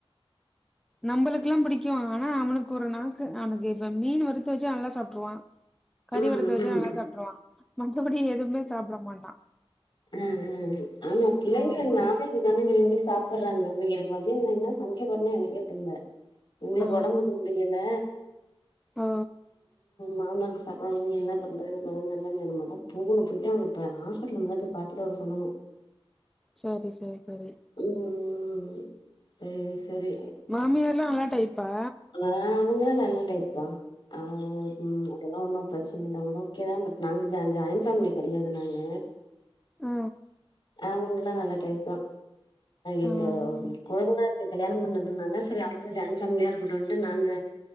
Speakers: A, in the centre; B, on the left.
A: நம்பளுக்குெல்லா புடிக்கு ஆனா அவனுக்கு ஒரு நாக்கு அவனுக்கு இப்ப மீன் வறுத்து வச்சா நல்லா சாப்டுருவா கறி
B: ம்
A: வறுத்து வச்சா
B: ம்
A: நல்லா சாப்டுறுவா மத்தபடி எதுவுமே சாப்ட மாட்டா
B: அ அ அ ஆமா பிள்ளைங்க
A: ஆமா
B: நாள இதுதானே விரும்பி சாப்பிடுறாங்க இவிங்களுக்கு மத்தில நா என்ன சமைக்கப்போறனே எனக்கே தெரில எங்களுக்கு
A: ஆ
B: ஒடம்புக்கு முடியல
A: ஓ
B: மாமனாருக்கு சாப் ப என்ன பண்றது மத இனிமேதா போணு போயிட்டு அவன ஹாஸ்பிட்டல மொதல போய் பாத்துட்டு வர சொல்லணு
A: சரி சரி சரி
B: ம் சரி சரி
A: மாமியார் எல்லா நல்ல டைப்பா
B: அ அவங்கல்லா நல்ல டைப்தா ஆ ம் அதெல்லா ஒண்ணு பிரச்சன இல்லாம ஓகே தா பட் நாங்க ஜா ஜாயின் ஃபேமிலி கெடையாது நாங்க
A: ஆ
B: அவங்களா நல்ல டைப் தா எங்க
A: ஆ ம்.
B: கொழுந்தனாரு கல்யாணம் பண்ணதுனால சரி அவங்க ஜாயின் ஃபேமிலியா இருக் அப்ப வந்துட்டு நாங்க